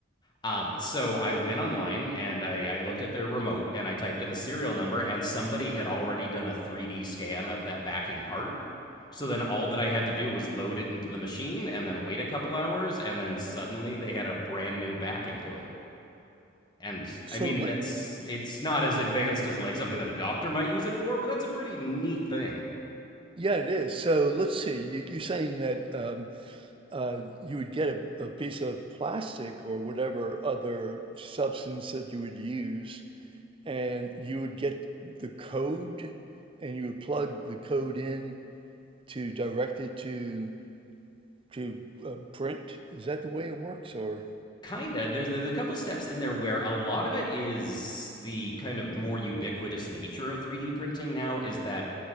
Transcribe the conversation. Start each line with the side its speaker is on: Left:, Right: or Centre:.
Left: Um, so I went online and I, I looked at their remote and I typed in the serial number, and somebody had already done a 3D scan of that backing part. So then all that I had to do was load it into the machine and then wait a couple hours, and then suddenly they had a brand new backing to it. And
Right: So
Left: I mean,
Right: let,
Left: that's it's not as advanced as like something that a doctor might use it for, but that's a pretty neat thing.
Right: yeah, it is. So let's see. You, you're saying that. Um, uh, you would get a, a piece of plastic or whatever other substance that you would use, and you would get the code, and you would plug the code in to direct it to to uh, print. Is that the way it works, or
Left: Kinda. There's, there's a couple steps in there where a lot of it is the kind of more ubiquitous nature of 3D printing now is that